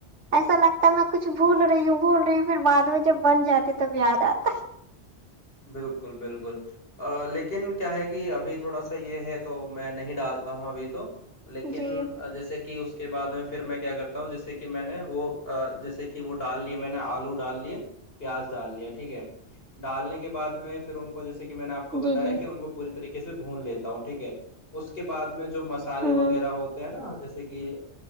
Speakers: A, on the right (about 80°); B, on the left (about 55°).
A: ایسا لگتا ہے میں کچھ بھول رہی ہوں بھول رہی ہوں پھر بعد میں جب بن جاتے تب یاد آتا ہے
B: بالکل بالکل لیکن کیا ہے کہ ابھی تھوڑا سا یہ ہے تو میں نہیں ڈالتا ہوں ابھی تو لیکن
A: ہے جی
B: جیسے کہ اس کے بعد میں پھر میں کیا کرتا ہوں جیسے کہ میں نے وہ جیسے کہ وہ ڈال لیا میں نے آلو ڈال لیے پیاز ڈال لیا ٹھیک ہے ڈالنے کے کے بع میں پھر ان کو جیسے کہ میں نے آپ کو بتایا
A: جی جی
B: کہ ان کو پوری طریقے سے بھون لیتا ہوں ٹھیک ہے اس کے بعد میں جو مسالے
A: ہوں
B: وغیرہ ہوتے ہیں نا جیس جیسے کہ